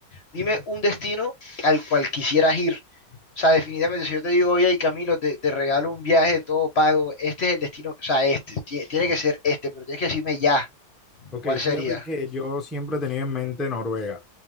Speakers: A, on the left; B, in the centre.
A: Dime un destino al cual quisieras ir. O sea, definitivamente, si yo te digo, oye, Camilo, te, te regalo un viaje todo pago, este es el destino, o sea, este, ti- tiene que ser este, pero tienes que decirme ya,
B: Ok,
A: ¿cuál sería?
B: fíjate que yo siempre he tenido en mente Noruega.